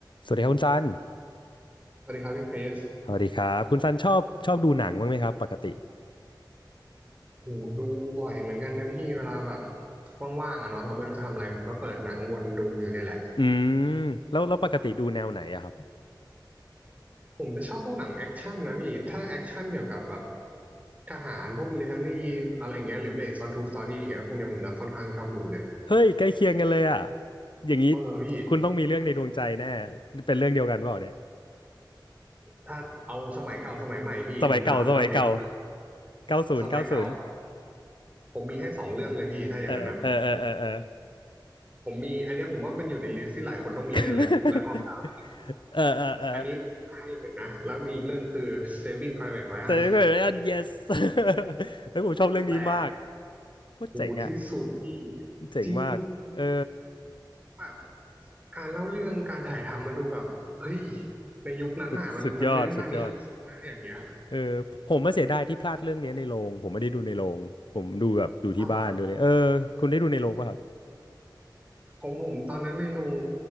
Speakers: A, on the left; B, on the right.
A: สวัสดีครับคุณซัน
B: สวัสดีครับพี่คริส
A: สวัสดีครับคุณซันชอบชอบดูหนังบ้างไหมครับปกติ
B: โหดูบ่อยเหมือนกันนะพี่เวลาแบบว่างๆอะเนาะเราไม่รู้จะทำอะไรผมก็เปิดหนังวนดูอยู่เนี่ยแหละ
A: อืมแล้วแล้วปกติดูแนวไหนอะครับ
B: ผมจะชอบพวกหนังแอคชั่นนะพี่ถ้าแอคชั่นเกี่ยวกับแบบทหารพวกมิลิเทอรี่อะไรเงี้ยหรือ based on true story อย่างเงี้ยพวกเนี้ยผมจะค่อนข้างชอบดูเลย
A: เฮ้ยใกล้เคียงกันเลยอะอย่างนี้
B: เอาเลยพี่
A: คุณต้องมีเรื่องในดวงใจแน่เป็นเรื่องเดียวกันเปล่าเนี่ย
B: ถ้าเอาสมัยเก่าสมัยใหม่พี่ผมถามก่อนดีกว่า
A: สมัยเก่าสมัยเก่าเก้าศูนย์เก้าศูนย์
B: สมัยเก่าผมมีให้สองเรื่องเลยพี่ถ้าอย่างนั้นอะ
A: เออเออเออเออเออ
B: ผมมีอันเนี้ยผมว่าเป็นอยู่ในลิสต์ที่หลายคนต้องมีแน่เลย
A: <laughs>
B: Black Hawk Down
A: เออเออเออ
B: อันนี้ให้อีกหนึ่งนะแล้วมีอีกเรื่องคือ Saving Private Ryan
A: เจอกัน yes <laughs> เฮ้ยผมชอบเรื่องนี้มาก
B: นั่นแหละ
A: โคตรเจ๋งอะ
B: โหที่สุดพี่
A: เจ๋งมากเออ
B: จริงแบบการเล่าเรื่องการถ่ายทำมันดูแบบเฮ้ยในยุคนั้นน่ะมันมันไม่น่ามีใครคิดนะอย่างเงี้ย
A: สุดสุดยอดสุดยอด เออผมมาเสียดายที่พลาดเรื่องเนี้ยในโรงผมไม่ได้ดูในโรงผมดูแบบดูที่บ้านดูเลยเออคุณได้ดูในโรงป่ะครับ
B: เอาเหรอของผมตอนนั้นในโรง